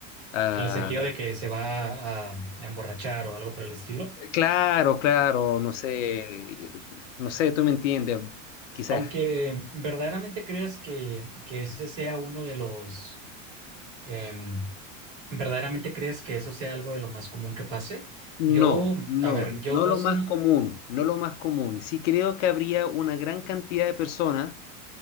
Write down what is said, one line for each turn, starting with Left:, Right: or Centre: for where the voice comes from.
Left: ah,
Right: en el sentido de que se va a, a emborrachar o algo por el estilo.
Left: claro, claro, no sé, no sé, tú me entiendes, quizás.
Right: Aunque verdaderamente creas que, que ese sea uno de los, em, ¿Verdaderamente crees que eso sea algo de lo más común que pase?
Left: No,
Right: Yo,
Left: no,
Right: a ver,
Left: no
Right: yo
Left: lo
Right: sí,
Left: más común, no lo más común. Sí creo que habría una gran cantidad de personas